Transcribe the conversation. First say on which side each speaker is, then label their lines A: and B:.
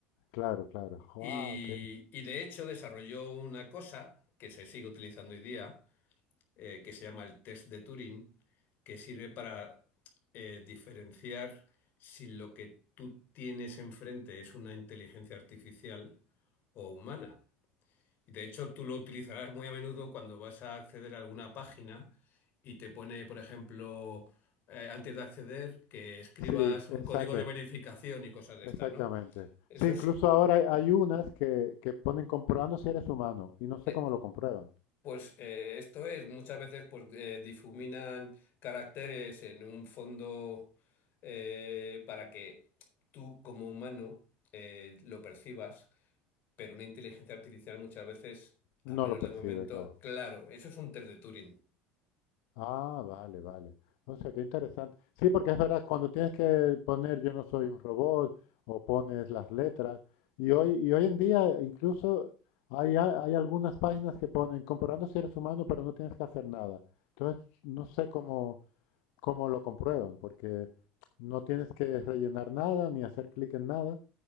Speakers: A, on the left (about 70°); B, on the left (about 50°).
A: Claro, claro. Wow,
B: Y,
A: qué.
B: y de hecho desarrolló una cosa que se sigue utilizando hoy día, eh, que se llama el test de Turing, que sirve para eh, diferenciar si lo que tú tienes enfrente es una inteligencia artificial o humana. Y de hecho tú lo utilizarás muy a menudo cuando vas a acceder a alguna página y te pone, por ejemplo, eh, antes de acceder, que escribas
A: Sí, exacto,
B: un código de verificación y cosas de
A: exactamente.
B: estas, ¿no? Eso
A: Sí, incluso
B: es...
A: ahora hay, hay unas que, que ponen comprobando si eres humano y no sé
B: eh,
A: cómo lo comprueban.
B: Pues eh, esto es, muchas veces pues eh, difuminan caracteres en un fondo eh, para que tú como humano eh, lo percibas, pero una inteligencia artificial muchas veces, al
A: No
B: menos
A: lo percibe,
B: de momento,
A: claro.
B: claro, eso es un test de Turing.
A: Ah, vale, vale. O sea, qué interesante. Sí, porque es verdad, cuando tienes que poner yo no soy un robot o pones las letras, y hoy, y hoy en día incluso hay, a- hay algunas páginas que ponen comprobando si eres humano, pero no tienes que hacer nada. Entonces, no sé cómo, cómo lo comprueban, porque no tienes que rellenar nada ni hacer clic en nada,